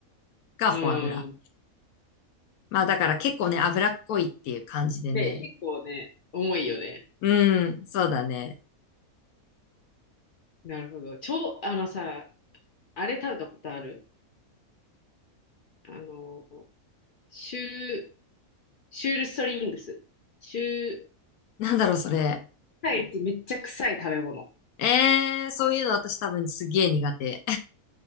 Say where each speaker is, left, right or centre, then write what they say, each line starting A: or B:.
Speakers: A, on the left; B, on the left.
A: がフォアグラ。
B: うん。
A: まあだから結構ね、脂っこいっていう感じでね。
B: で、結構ね、重いよね。
A: うん、そうだね。
B: なるほど。超、あのさ、あれ食べたことあるあの、シュー、シュールストリングス。シュー、
A: なんだろう、それ。
B: 世界一めっちゃ臭い食べ物。
A: えー、そういうの私多分すげえ苦手。